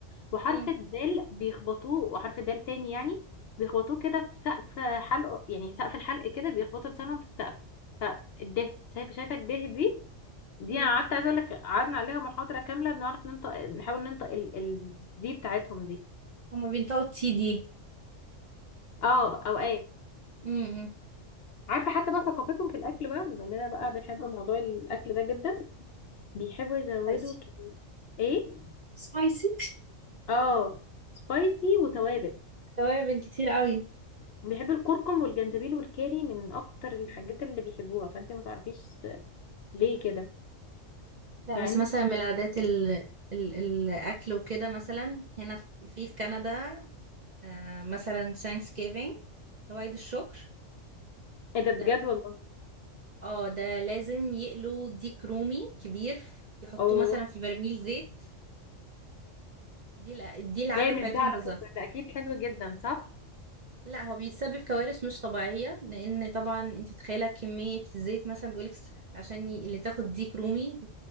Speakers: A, on the left (about 60°); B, on the right (about 45°).
A: وحرف
B: مم.
A: الدال بيخبطوه وحرف الدال تاني يعني بيخبطوه كده في سقف حلق يعني سقف الحلق كده بيخبطوا لسانهم في السقف فالده شايفه شايفه الده دي دي
B: مم.
A: انا قعدت عايزه اقول لك قعدنا عليها محاضره كامله نعرف ننطق نحاول ننطق ال... ال... دي بتاعتهم دي
B: هما بينطقوا تي دي
A: اه او ايه
B: مم.
A: عارفه حتى بقى ثقافتهم في الاكل بقى بما اننا بقى بنحب موضوع الاكل ده جدا بيحبوا يزودوا
B: سبايسي
A: ك... ايه
B: سبايسي <laughs>
A: اه سبايسي وتوابل
B: توابل كتير قوي
A: بيحب الكركم والجنزبيل والكاري من اكتر الحاجات اللي بيحبوها فانت ما تعرفيش ليه
B: مم.
A: كده
B: لا
A: مع
B: بس
A: ان
B: مثلا من العادات ال... ال... الاكل وكده مثلا هنا في في في كندا آه مثلا ثانكس جيفينج او عيد الشكر
A: ايه ده بجد
B: ده بي...
A: والله
B: اه ده لازم يقلوا ديك رومي كبير يحطوه
A: اوه
B: مثلا في برميل زيت دي الع- دي العادة
A: جامد
B: بتاعتهم
A: ده على
B: بالظبط
A: فكرة ده اكيد حلو جدا صح
B: لا هو بيتسبب كوارث مش طبيعية لأن طبعا انت متخيلة كمية الزيت مثلا بيقولك س- عشان ي- اللي تاخد ديك رومي